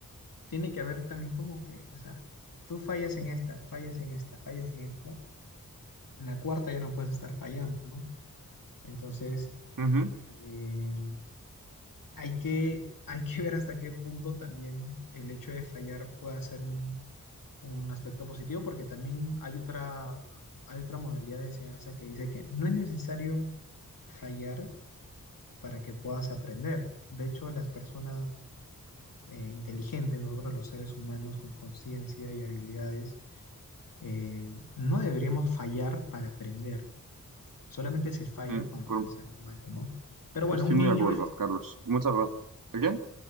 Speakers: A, on the left; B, on the right.
A: tiene que haber también como que, o sea, tú fallas en esta, fallas en esta, fallas en esta, en la cuarta ya no puedes estar fallando, ¿no? Entonces,
B: Ujú.
A: eh, hay que, hay que ver hasta qué punto también el hecho de fallar puede ser un un aspecto positivo porque también hay otra, hay otra modalidad de enseñanza que dice que no es necesario fallar para que puedas aprender. De hecho, las personas eh, inteligentes, nosotros los seres humanos con conciencia y habilidades, eh, no deberíamos fallar para aprender. Solamente se falla
B: Mm,
A: cuando
B: pues
A: se es algo malo, ¿no? Pero
B: estoy
A: bueno, un niño
B: muy de acuerdo,
A: es distinto.
B: Carlos. Muchas gracias. ¿El qué?